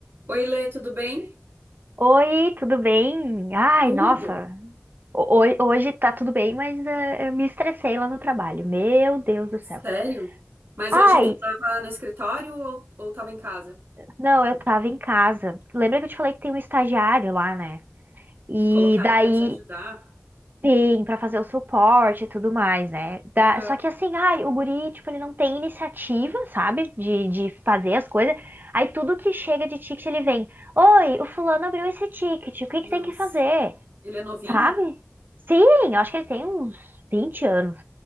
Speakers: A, on the right; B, on the right.
A: Oi, Lê, tudo bem?
B: Oi, tudo bem? Ai,
A: Tudo?
B: nossa, ho- ho- hoje tá tudo bem, mas eh, eu me estressei lá no trabalho. Meu Deus do céu.
A: Sério? Mas
B: Ai,
A: hoje tu tava no escritório ou, ou tava em casa?
B: não, eu tava em casa. Lembra que eu te falei que tem um estagiário lá, né? E
A: Que colocaram
B: daí
A: pra te ajudar?
B: tem pra fazer o suporte e tudo mais, né? Da-
A: Aham.
B: Só que assim, ai, o guri, tipo, ele não tem iniciativa, sabe? De, de fazer as coisas. Aí tudo que chega de ticket ele vem. Oi, o fulano abriu esse ticket, o que
A: Nossa.
B: que tem que fazer?
A: Ele é novinho?
B: Sabe? Sim, eu acho que ele tem uns 20 anos